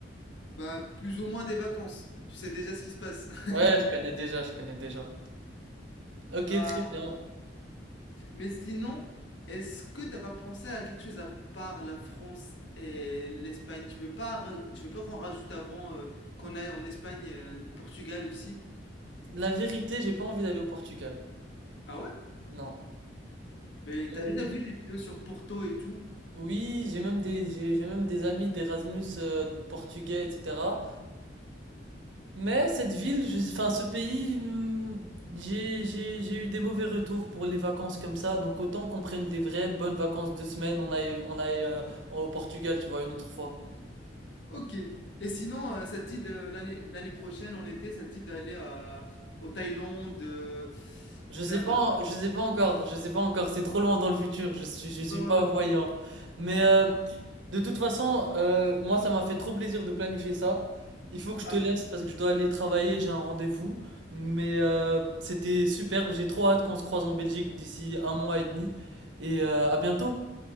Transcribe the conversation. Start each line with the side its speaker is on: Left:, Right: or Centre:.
Left: bah plus ou moins des vacances. Tu sais déjà ce qui se passe. <laughs>
Right: Ouais, je connais déjà, je connais déjà. Ok,
Left: Bah,
Right: très bien.
Left: mais sinon, est-ce que t'as pas pensé à quelque chose à part la France et l'Espagne? Tu veux pas, ra- tu veux pas qu'on rajoute avant euh, qu'on aille en Espagne, euh, le Portugal aussi?
Right: La vérité, j'ai pas envie d'aller au Portugal.
Left: Ah ouais?
Right: Non.
Left: Mais t'as
Right: Euh,
Left: déjà vu les vidéos sur Porto et tout?
Right: oui, j'ai même des, j'ai, j'ai même des amis d'Erasmus euh, portugais, etc. Mais cette ville, je, enfin ce pays, hmm, j'ai, j'ai, j'ai eu des mauvais retours pour les vacances comme ça. Donc autant qu'on prenne des vraies bonnes vacances de semaine, on aille, on aille euh, au Portugal, tu vois, une autre fois.
Left: Ok. Et sinon, euh, ça te dit de l'année l'année prochaine, en été, ça te dit d'aller à au Thaïlande, de
Right: Je
Left: faire.
Right: sais pas,
Left: euh,
Right: je sais pas encore, je sais pas encore, c'est trop loin dans le futur, je suis, je suis
Left: Pas loin
Right: pas
Left: de-
Right: voyant. Mais euh,
Left: Ah,
Right: de toute façon, euh, moi ça m'a fait trop plaisir de planifier ça. Il faut que je
Left: à
Right: te laisse
Left: mon
Right: parce que je dois aller travailler, j'ai un rendez-vous. Mais euh, c'était superbe, j'ai trop hâte qu'on se croise en Belgique d'ici un mois et demi. Et euh, à bientôt,